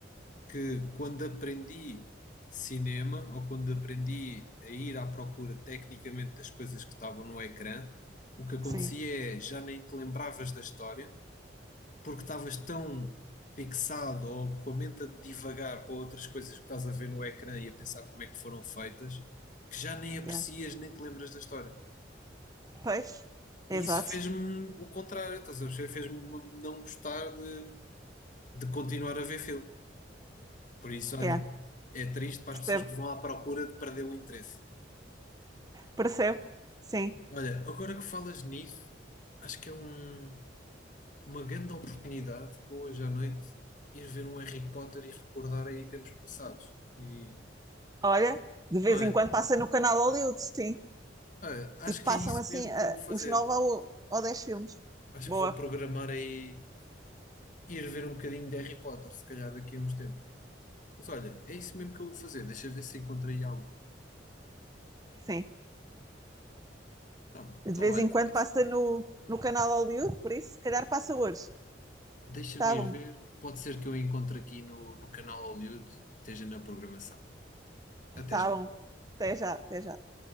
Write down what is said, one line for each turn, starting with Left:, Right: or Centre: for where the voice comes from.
Left: que quando aprendi cinema, ou quando aprendi a ir à procura tecnicamente das coisas que estavam no ecrã, o que acontecia
Right: sim,
Left: é, já nem te lembravas da história, porque estavas tão fixado ou com a mente a divagar para outras coisas que estás a ver no ecrã e a pensar como é que foram feitas, que já nem aprecias
Right: yeah.
Left: nem te lembras da história.
Right: Pois,
Left: E
Right: exato,
Left: isso fez-me o contrário, estás a perceber? Fez-me não gostar de, de continuar a ver filme. Por isso, olha,
Right: yeah.
Left: é triste para
Right: Percebo,
Left: as pessoas que vão à procura de perder o interesse.
Right: percebo, sim.
Left: Olha, agora que falas nisso, acho que é um- uma grande oportunidade para hoje à noite ir ver um Harry Potter e recordar aí tempos passados. E
Right: Olha, de vez
Left: Não é?
Right: em quando passa no canal Hollywood, sim.
Left: Olha, acho
Right: E passam
Left: que é isso
Right: assim
Left: mesmo
Right: ah,
Left: que eu vou fazer.
Right: os nove ou, ou dez filmes.
Left: Acho
Right: Boa,
Left: que vou programar aí ir ver um bocadinho de Harry Potter, se calhar daqui a uns tempos. Mas olha, é isso mesmo que eu vou fazer. Deixa eu ver se encontro aí algo.
Right: sim.
Left: Tá bom.
Right: De
Left: Então
Right: vez
Left: olha,
Right: em
Left: Vanessa,
Right: quando passa no, no canal Hollywood, por isso, se calhar passa hoje.
Left: deixa-me
Right: Tá
Left: ir
Right: bom.
Left: ver. Pode ser que eu encontre aqui no, no canal Hollywood e esteja na programação. Até
Right: Tá
Left: já.
Right: bom. Até já, até já.